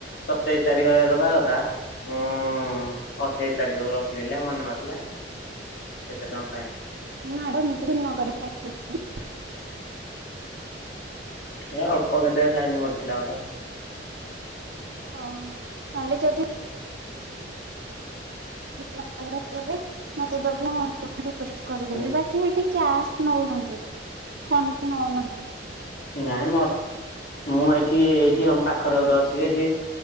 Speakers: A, on the left; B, on the right.
A: ସତେଇଶ ତାରିଖରେ ଭଲାଗଥା ହଁ <unintelligible> ହ ଅଠେଇଶି ତାରିଖ କୁ ରଖିଦେଲେ ମନେ ନଥିଲା। କେତେ ଟ
B: ନାଁ ତ ନଗ <unintelligible>
A: ଏ ଅଳ୍ପ କେତେ ଫାଇନି ପଡିଥିଲା ବୋଧେ।
B: ଓହୋ ନହେଲେ ଯଦି <unintelligible> ମତେ ଦବୁ କରିଦେବି
A: ହୁଁ
B: ବାକି ହେଠି କ୍ୟାସ୍ ନଉଛନ୍ତୀ। ଫୋନ ନଉନାହାନ୍ତି।
A: ନାଇଁ ମର ମୁଁ ଏଇଠି ଏଇଠି ଆମ ପାଖରେ ଗୋଟେ ଅଛି। ଏଠି